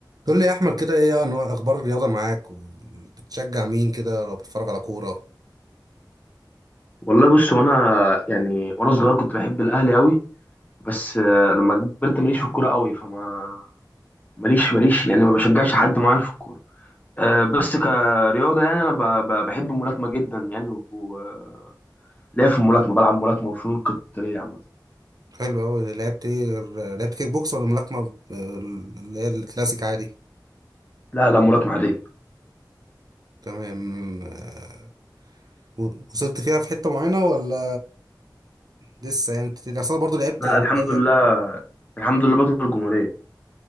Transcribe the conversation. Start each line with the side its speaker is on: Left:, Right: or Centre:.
Right: قول لي يا احمد كده ايه انواع اخبار الرياضه معاك وبتشجع مين كده لو بتتفرج على كوره
Left: والله بص وانا يعني وانا صغير كنت بحب الاهلي قوي بس آه، لما كبرت ماليش في الكوره قوي فما ماليش ماليش يعني ما بشجعش حد معين في الكوره آه، بس كرياضه يعني انا ب- ب- بحب الملاكمه جدا يعني وليا في الملاكمه بلعب ملاكمه وفنون قتاليه عامه
Right: حلو قوي لعبت ايه غير- لعبت كيك بوكس ولا ملاكمه آه، اللي هي الكلاسيك عادي
Left: لا لا ملاكمه عاديه
Right: تمام آه، و- وصلت فيها في حته معينه ولا لسه يعني بتبتدي اصل انا برضه لعبت
Left: لا الحمد
Right: شويه
Left: لله الحمد لله بطل الجمهوريه